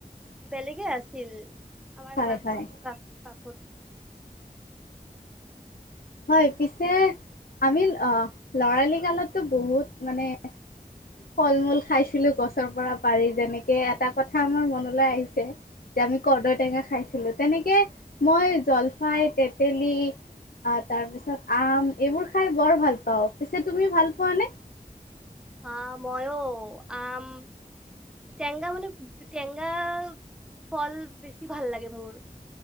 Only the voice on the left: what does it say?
হয়
হয়
হয় পিছে আমি আহ লৰালি কালতো বহুত মানে ফল-মূল খাইছিলোঁ গছৰ পৰা পাৰি। যেনেকে এটা কথা মোৰ মনলৈ আহিছে যে আমি কৰদৈ টেঙা খাইছিলোঁ। তেনেকে মই জলফাই, তেতেলী অ', তাৰ পিছত আম এইবোৰ খাই বৰ ভাল পাওঁ। পিছে তুমি ভাল পোৱানে?